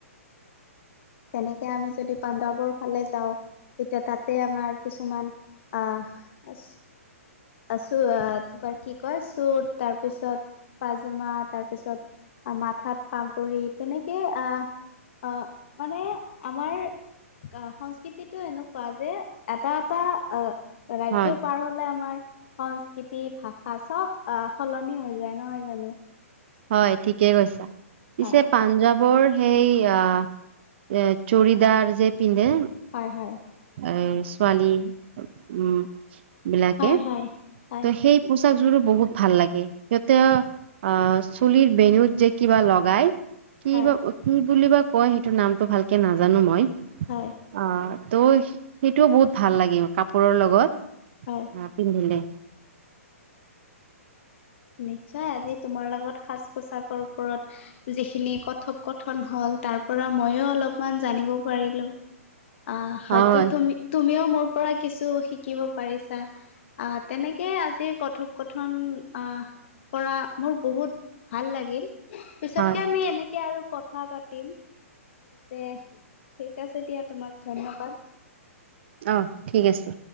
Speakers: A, on the left; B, on the right.
A: তেনেকে আমি যদি পাঞ্জাৱৰ ফালে যাওঁ তেতিয়া তাতে আমাৰ কিছুমান আহ আছোঁ আ, তোমাৰ কি কয় চুট তাৰপিছত পাইজামা তাৰপিছত মাথাত পাগৰি তেনেকে আহ আ, মানে আমাৰ গা সংস্কৃতিটো এনেকুৱা যে এটা এটা আহ ৰাজ্য
B: হয়।
A: পাৰ হ'লে আমাৰ সংস্কৃতি ভাষা চব আহ সলনি হৈ যায় নহয় জানো?
B: হয় ঠিকে কৈছা। পিছে
A: হয়
B: পাঞ্জৱ বৰ হেই আহ এ চৰিদাৰ যে পিন্ধে
A: হয় হয়
B: এই ছোৱালী উম। বিলাকে
A: হয়, হয়। হয়
B: ত সেই পোচাকজোৰো বহুত ভাল লাগে। সিহঁতে আহ
A: হয়
B: চুলিৰ বেনুত যে কিবা লগাই কি
A: হয়
B: বা কি বুলিবা কয় সেইটো নামটো ভালকে নাজানো মই।
A: হয়।
B: অ', ত' সেইটোও বহুত ভাল লাগে কাপোৰৰ লগত।
A: হয়।
B: অ', পিন্ধিলে
A: নিশ্চয় আজি তোমাৰ লগত সাজ-পোছাকৰ ওপৰত যিখিনি কথন হ'ল তাৰ পৰা ময়ো অলপমান জানিব পাৰিলো। অ', হয়তো
B: হয়
A: তুমি তুমিও মোৰ পৰা কিছু শিকিব পাৰিছা। আ তেনেকে আজি কথোপ কথন আ কৰা মোৰ বহুত ভাল লাগিল। পিছতকে
B: হয়
A: আমি এনেকে আৰু কথা পাতিম। দে ঠিক আছে দিয়া তোমাক ধন্যবাদ।
B: অ' ঠিক আছে।